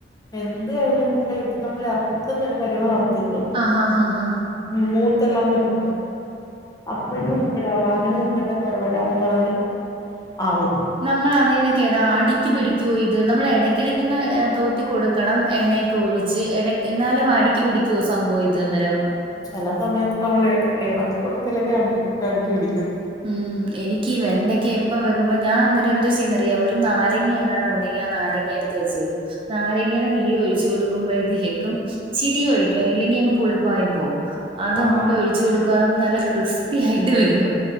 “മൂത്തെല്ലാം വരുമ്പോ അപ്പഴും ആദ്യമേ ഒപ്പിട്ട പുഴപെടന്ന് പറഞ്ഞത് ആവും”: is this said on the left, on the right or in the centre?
Left